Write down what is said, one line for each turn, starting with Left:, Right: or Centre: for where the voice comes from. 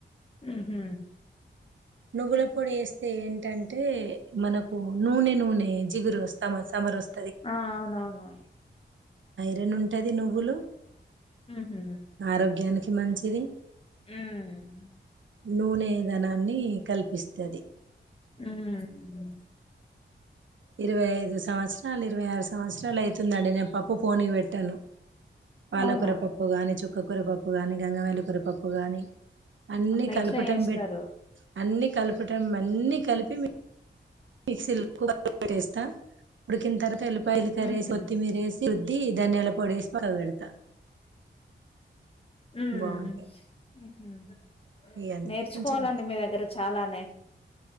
Left: హుహు.
Right: నువ్వుల పొడి వేస్తే ఏంటంటే మనకు నూనె నూనె జిగురు వస్తా సమర్ వస్త
Left: ఆ అవునవును
Right: రెండు ఉంటది నువ్వులు
Left: హుహు.
Right: ఆరోగ్యానికి మంచి ఇది
Left: హ్మ్.
Right: నూనె ధనాన్ని
Left: మ్
Right: కల్పిస్తది ఇరవై ఐదు సంవత్సరాలు ఇరవై ఆరు సంవత్సరాలైతుందండి నేను పప్పు పోనీ పెట్టాలా పాలకూర
Left: అవునా!
Right: పప్పుగానీ చుక్ కక్కోర పప్పు కానీ గంగమేలికూర పప్పు కానీ అన్ని
Left: ఆహా!
Right: కలపటం
Left: ఇట్లా చేస్తారు.
Right: పెట్ అన్నీ కలపడం అన్నీ కలిపి మిక్సీ పెట్టేస్తా ఉడికిన తర్వ తెల్లుపాయల కరేసి
Left: హుహు.
Right: కొత్తిమీరేసి ది ధనియాల పోడేసుకొని అది పెడత
Left: మ్
Right: బాగుంటాయి
Left: మ్
Right: ఇగ అందుకే
Left: నేర్చుకోవాలండి
Right: కొంచెం
Left: మీ దగ్గర చాలానే